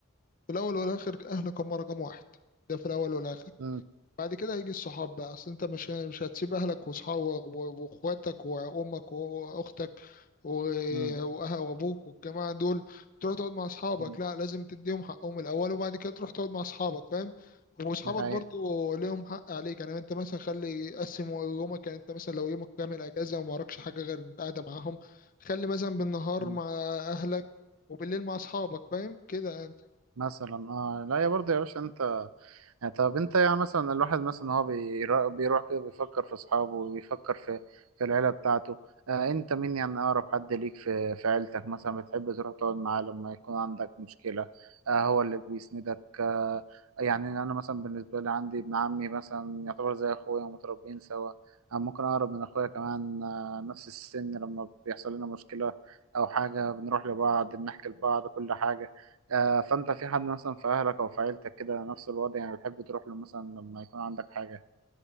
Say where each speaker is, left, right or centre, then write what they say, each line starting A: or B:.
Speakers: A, on the left; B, on the right.
A: في الأول والآخر أهلك هم رقم واحد ده في الأول والآخر
B: مم،
A: بعد كده هيجي الصحاب بقى اصل انت مش مش هتسيب اهلك وصحابك و- واخواتك وامك واختك و-
B: مم،
A: وأه- وابوك والجماعه دول تروح تقعد مع اصحابك
B: مم.
A: لا لازم تديهم حقهم الاول وبعد كده تروح تقعد مع اصحابك فاهم واصحابك
B: دي حقيقة
A: برضو ليهم حق عليك يعني انت مثلا خلي قسم يومك يعني انت مثلا لو يومك كامل اجازه وما وراكش حاجه غير قاعده معاهم خلي مثلا بالنهار
B: مم.
A: مع اهلك وبالليل مع اصحابك فاهم كده
B: مثلا اه لا يا برضه يا باشا انت يعني طب انت يعني مثلا الواحد مثلا هو بيرا- بيروح كده بيفكر في اصحابه وبيفكر في في العيله بتاعته آه انت مين يعني اقرب حد ليك في في عيلتك مثلا بتحب تروح تقعد معاه لما يكون عندك مشكله آه هو اللي بيسندك آه يعني انا مثلا بالنسبه لي عندي ابن عمي مثلا يعتبر زي اخويا ومتربيين سوا آه ممكن اقرب من اخويا كمان آه نفس السن لما بيحصل لنا مشكله او حاجه بنروح لبعض بنحكي لبعض كل حاجه آه، فانت في حد مثلا في اهلك او في عيلتك كده نفس الوضع يعني بتحب تروح له مثلا لما يكون عندك حاجة